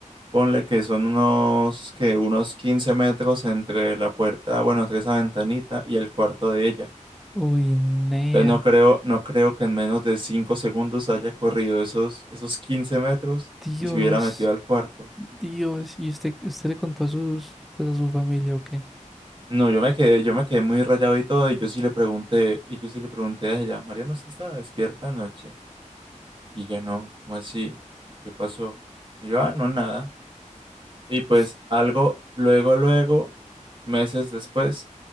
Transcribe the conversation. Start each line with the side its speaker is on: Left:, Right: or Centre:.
Right: ponle que son unos, que unos 15 metros entre la puerta, bueno, entre esa ventanita y el cuarto de ella.
Centre: Uy, nea.
Right: Entonces no creo, no creo que en menos de 5 segundos haya corrido esos, esos 15 metros
Centre: Dios.
Right: y se hubiera metido al cuarto.
Centre: Dios. ¿Y usted, usted le contó a sus, pues a su familia o qué?
Right: No, yo me quedé, yo me quedé muy rayado y todo, y yo sí le pregunté, y yo sí le pregunté a ella, María, ¿no se estaba despierta anoche? Y ella no, ¿cómo así? ¿Qué pasó? Y yo, ah, no, nada. Y pues
Centre: Pues-
Right: algo, luego, luego, meses después,